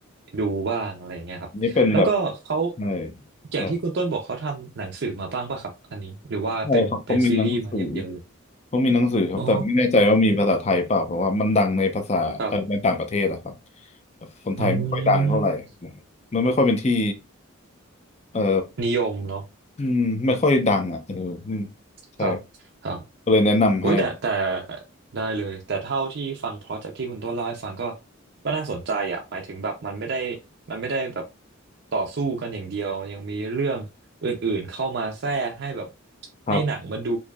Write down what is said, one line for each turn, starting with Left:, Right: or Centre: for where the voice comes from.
Right: ดูบ้างอะไรอย่างเงี้ยครับ
Left: อันนี่เป็นแบบ
Right: แล้วก็เขา
Left: ใช่
Right: อย่างที่คุณต้นบอกเขาทำหนังสือมาบ้างป่ะครับ
Left: ใช่
Right: อันนี้ หรือว่าเป็นเป็นซีรีส์มาอย่างเดียวเลย
Left: ใช่ครับเขามีหนังสือ ก็มีหนังสือครับแต่ไม่แน่ใจว่ามีภาษาไทยเปล่าเพราะว่ามันดังในภาษาเอ่อในต่างประเทศนะครับ
Right: อ๋อครับ
Left: แต่คนไทยไม่ค่อยดังเท่าไหร่
Right: อืม
Left: มันไม่ค่อยเป็นที่เอ่อ
Right: นิยมเนาะ
Left: อืมไม่ค่อยดังอ่ะเอออืมใช่
Right: ครับครับ
Left: ก็เลยแนะนำให้
Right: โอ้ยแต่แต่ได้เลยแต่เท่าที่ฟังเพราะจากที่คุณต้นเล่าให้ฟังก็ก็น่าสนใจอ่ะหมายถึงแบบมันไม่ได้มันไม่ได้แบบต่อสู้กันอย่างเดียวยังมีเรื่องอื่นๆเข้ามาแทรกให้แบบ
Left: ครับ
Right: ให้หนังมันดู